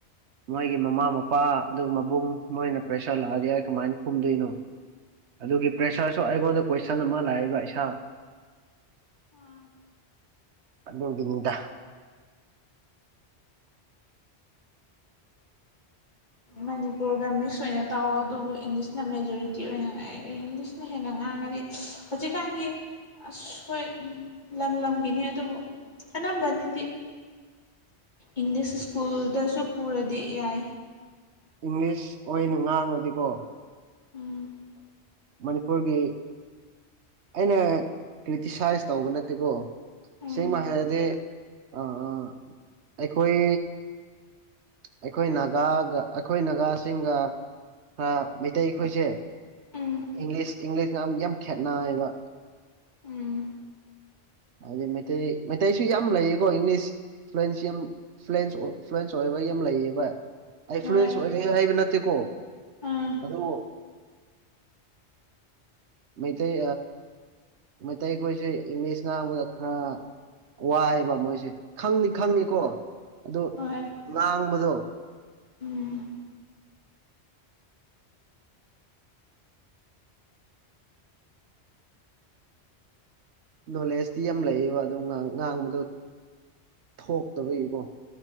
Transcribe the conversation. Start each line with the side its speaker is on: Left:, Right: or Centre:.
Right: ꯃꯣꯏꯒꯤ ꯃꯃꯥ ꯃꯄꯥ ꯑꯗꯨꯒ ꯃꯕꯨꯡ ꯃꯣꯏꯅ ꯄ꯭ꯔꯦꯁꯔ ꯂꯥꯛꯑꯗꯤ ꯑꯩ ꯀꯃꯥꯏꯅ ꯀꯨꯝꯗꯣꯏꯅꯣ ꯑꯗꯨꯒꯤ ꯄ꯭ꯔꯦꯁꯔꯁꯨ ꯑꯩꯉꯣꯟꯗ ꯀꯣꯏꯁꯟ ꯑꯃ ꯂꯥꯛꯏꯕ ꯏꯁꯥ
Left: ꯑꯥ
Right: ꯑꯗꯨꯒꯤꯅꯤꯗ
Left: ꯃꯅꯤꯄꯨꯔꯒꯝꯃꯤ ꯁꯣꯏꯅ ꯇꯥꯎꯋ ꯑꯗꯨꯕꯨ ꯏꯪꯂꯤꯁꯅ ꯃꯦꯖꯣꯔꯤꯇꯤ ꯑꯣꯏꯅ ꯏꯪꯂꯤꯁꯅ ꯍꯦꯟꯅ ꯉꯥꯡꯉꯗꯤ ꯍꯧꯖꯤꯛꯀꯥꯟꯒꯤ ꯑꯁꯣꯏ ꯂꯝ ꯂꯝꯒꯤꯅꯤ ꯑꯗꯨꯕꯨ ꯑꯅꯝꯕꯅꯗꯤ ꯏꯪꯂꯤꯁ ꯁ꯭ꯀꯨꯜꯗꯁꯨ ꯄꯨꯔꯗꯤ ꯌꯥꯏ
Right: ꯏꯪꯂꯤꯁ ꯑꯣꯏꯅ ꯉꯥꯡꯉꯗꯤꯀꯣ
Left: ꯎꯝ
Right: ꯃꯅꯤꯄꯨꯔꯒꯤ ꯑꯩꯅ ꯀ꯭ꯔꯤꯇꯤꯁꯥꯏꯁ ꯇꯧꯕ ꯅꯠꯇꯦꯀꯣ
Left: ꯎꯝ
Right: ꯁꯤꯃ ꯍꯥꯏꯔꯗꯤ ꯑꯩꯈꯣꯏ ꯑꯩꯈꯣꯏ ꯅꯥꯒꯥꯒ ꯑꯩꯈꯣꯏ ꯅꯥꯒꯥꯁꯤꯡꯒ ꯈꯔ ꯃꯩꯇꯩ ꯑꯩꯈꯣꯏꯁꯦ
Left: ꯎꯝ
Right: ꯏꯪꯂꯤꯁ ꯏꯪꯂꯤꯁꯅꯛ ꯌꯥꯝ ꯈꯦꯠꯅ ꯍꯥꯏꯕ
Left: ꯎꯝ
Right: ꯍꯥꯏꯗꯤ ꯃꯩꯇꯩ ꯃꯩꯇꯩꯁꯨ ꯌꯥꯝ ꯂꯩꯌꯦꯀꯣ ꯏꯪꯂꯤꯁ ꯐ꯭ꯂꯨꯋꯟꯁ ꯌꯥꯝ ꯐ꯭ꯂꯟꯁ ꯐ꯭ꯂ ꯑꯣꯏ ꯌꯥꯝ ꯂꯩ꯭ꯂ ꯑꯣꯏ
Left: ꯍꯣꯏ
Right: ꯍꯥꯏꯕ ꯅꯠꯇ ꯇꯀꯣ
Left: ꯑꯥ
Right: ꯑꯗꯨ ꯃꯩꯇꯩ ꯃꯩꯇꯩ ꯑꯩꯈꯣꯏꯁꯦ ꯏꯪꯂꯤꯁ ꯉꯥꯡꯕꯗ ꯈꯔ ꯋꯥꯏꯑꯕ ꯃꯣꯏꯁꯦ ꯈꯪꯅꯤ ꯈꯪꯉꯦꯀꯣ ꯑꯗꯨ
Left: ꯍꯣꯏ
Right: ꯇꯥꯡꯕꯗꯣ
Left: ꯎꯝ
Right: ꯅꯣꯂꯦꯖꯇꯤ ꯌꯥꯝ ꯂꯩꯌꯦꯕ ꯑꯗꯨꯣ ꯉꯥꯡꯕꯗꯣ ꯊꯣꯛꯇꯕꯒꯤꯀꯣ